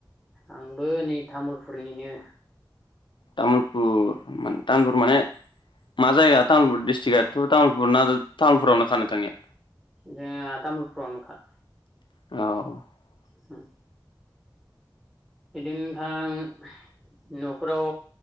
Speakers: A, in the centre; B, on the left.
A: आंबो नै थामुलफुरनिनो
B: तामुलपुर मान तामुलपुर माने मा जाया तामुलपुर डिसट्रिकआ थ' तामुलपुर ना तामुलपुरावनो खानो थांनिया
A: जोङा तामुलफुराव नोखा
B: औ
A: हुम बिदिनो नोंथां न'फोराव